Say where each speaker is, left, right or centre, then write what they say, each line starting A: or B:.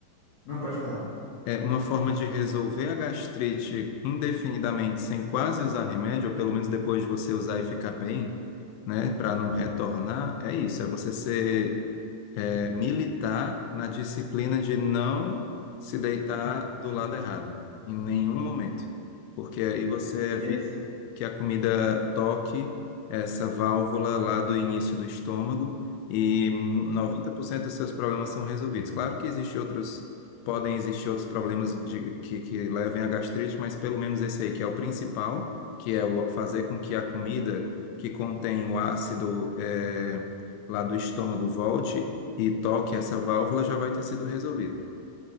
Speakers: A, on the left (about 65°); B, on the left (about 90°).
A: Não, pode falar.
B: É uma forma de resolver a gastrite indefinidamente sem quase usar remédio, ou pelo menos depois de você usar e ficar bem, né, para não retornar, é isso, é você ser é, militar na disciplina de não se deitar do lado errado, em nenhum momento, porque aí você evita
A: Yes.
B: que a comida toque essa válvula lá do início do estômago e 90% dos seus problemas são resolvidos. Claro que existem outros, podem existir outros problemas de- que, que levem à gastrite, mas pelo menos esse aí que é o principal, que é o fazer com que a comida que contém o ácido é, lá do estômago volte e toque essa válvula, já vai ter sido resolvido.